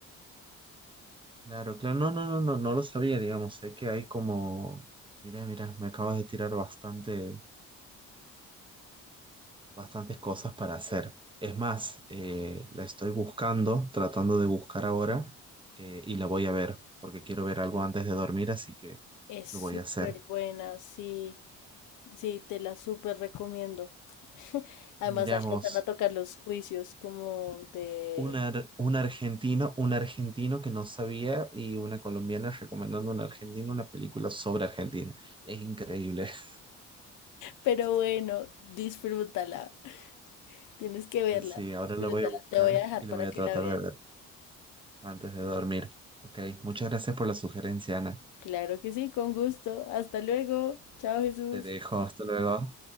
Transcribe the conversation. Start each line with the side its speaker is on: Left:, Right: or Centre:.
Right: claro, claro, no, no, no, no, no lo sabía, digamos, sé que hay como, mira, mira, me acabas de tirar bastante bastantes cosas para hacer. Es más, eh, la estoy buscando, tratando de buscar ahora eh, y la voy a ver porque quiero ver algo antes de dormir, así que
Left: Es
Right: lo
Left: súper
Right: voy a hacer.
Left: buena, sí, sí, te la súper recomiendo. <laughs> Además
Right: Miramos
Left: alcanzan a tocar los juicios como de...
Right: un, ar- un argentino, un argentino que no sabía y una colombiana recomendando a un argentino una película sobre Argentina. Es increíble. <laughs>
Left: Pero bueno, disfrútala, tienes que verla,
Right: Pues sí, ahora
Left: disfrútala.
Right: la voy a buscar
Left: Te voy a dejar
Right: y la
Left: para
Right: voy a
Left: que
Right: tratar
Left: la veas.
Right: de ver antes de dormir. Ok, muchas gracias por la sugerencia, Ana.
Left: Claro que sí, con gusto. Hasta luego. Chao, Jesús.
Right: Te dejo, hasta luego.